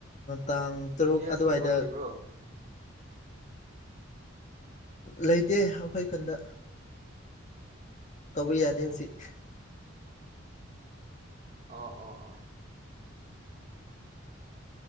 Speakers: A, on the left; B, on the right.
A: ꯇꯥꯡ ꯇꯔꯨꯛ
B: ꯕꯤꯕꯤ ꯑꯦꯁꯒꯨꯝꯕ
A: ꯑꯗꯨꯋꯥꯏꯗ
B: ꯂꯩꯕ꯭ꯔꯣ
A: ꯂꯩꯇꯦ ꯑꯩꯈꯣꯏ ꯈꯨꯟꯗ ꯇꯧꯕ ꯌꯥꯗꯦ
B: ꯑꯣ
A: ꯍꯧꯖꯤꯛ
B: ꯑꯣ ꯑꯣ ꯑꯣ